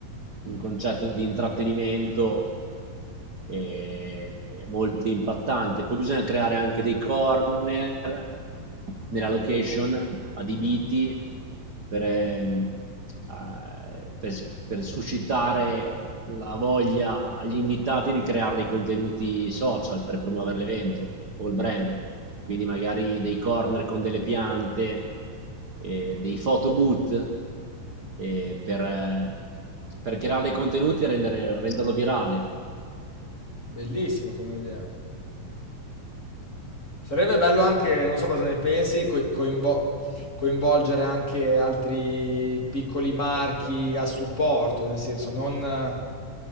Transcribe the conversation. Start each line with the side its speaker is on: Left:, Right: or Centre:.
Right: un concetto di intrattenimento eh, molto impattante. Poi bisogna creare anche dei corner nella location adibiti per, ehm, eh, per, per suscitare la voglia agli invitati di creare dei contenuti social per promuovere l'evento o il brand quindi magari dei corner con delle piante, eh, dei photoboot eh, per, eh, per creare dei contenuti e rendere- renderlo virale.
Left: Bellissima come idea. Sarebbe bello anche, non so cosa ne pensi, coi- coinvo- coinvolgere anche altri piccoli marchi a supporto, nel senso non eh,